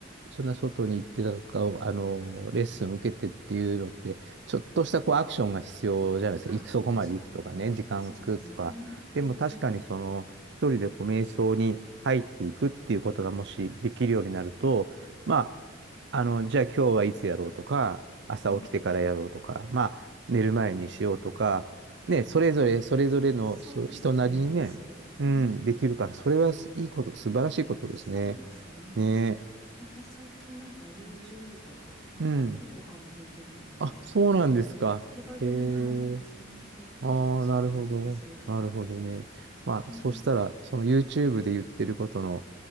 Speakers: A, on the right; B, in the centre.
A: う、そんな外に行ってなんか、あの、レッスンを受けてっていうのって、ちょっとしたこうアクションが必要じゃないですか。
B: あ、
A: 行く、そこまで行くとかね、
B: 確かに。
A: 時間を作るとか。
B: そうですね。
A: でも確かにその、
B: うん。
A: 一人でこう瞑想に入っていくっていうことがもしできるようになると、まあ、あの、じゃあ今日はいつやろうとか、朝起きてからやろうとか、
B: はい。
A: まあ、寝る前にしようとか、
B: うん。
A: ね、それぞれ、それぞれのそ人なりにね、
B: そうですね。ペースで。
A: うん、
B: うん。
A: できるから、それはいいこと、素晴らしいことですね。
B: そうですね。
A: ね
B: また最近なんか YouTube とか、なんかアプリとかも出てるみたいなので、
A: え。うん。あ、そうなんですか。
B: 手軽に、
A: ええ。
B: はい、始められるかもしれないです。
A: ああ、なるほど。
B: はい。
A: なるほどね。まあ、
B: うん。
A: そしたら、その YouTube で言ってることの、